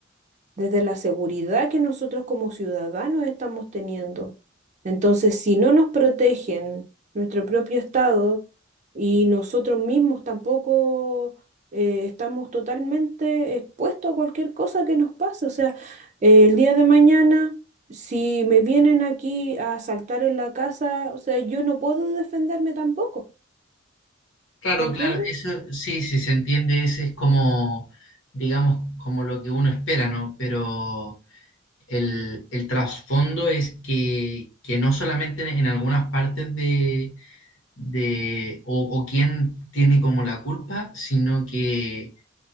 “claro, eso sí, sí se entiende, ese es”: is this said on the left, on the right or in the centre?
Left